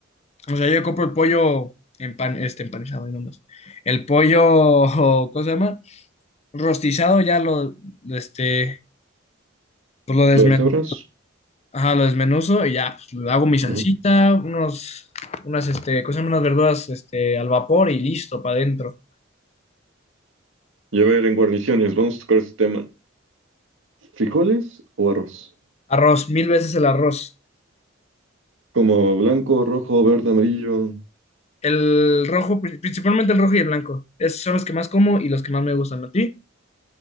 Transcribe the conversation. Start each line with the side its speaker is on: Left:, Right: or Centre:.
Left: O sea, yo compro el pollo empan, este, empanizado y nomás. El pollo, <laughs> o, ¿cómo se llama? Rostizado, ya lo, este, pues lo desmen,
Right: ¿Lo de cebras?
Left: ajá, lo desmenuzo y ya pues, le hago mi salsita,
Right: Ujú.
Left: unos, unas, este, ¿cómo se llama? Unas verduras, este, al vapor y listo, para adentro.
Right: Y a ver, en guarniciones, vamos a tocar este tema. ¿Frijoles o arroz?
Left: Arroz, mil veces el arroz.
Right: Como blanco, rojo, verde, amarillo.
Left: El rojo, pri- principalmente el rojo y el blanco. Esos son los que más como y los que más me gustan. ¿A ti?